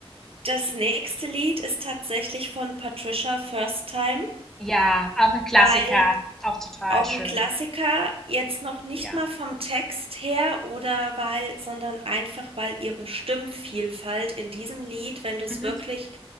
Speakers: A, on the right (about 65°); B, in the centre.
A: das nächste Lied ist tatsächlich von Patricia First Time.
B: Ja, auch ein Klassiker,
A: Weil
B: auch total
A: Auch
B: schön.
A: ein Klassiker, jetzt noch nicht
B: Ja.
A: mal vom Text her oder weil, sondern einfach, weil ihre Stimmvielfalt in diesem Lied, wenn du es
B: Mhm.
A: wirklich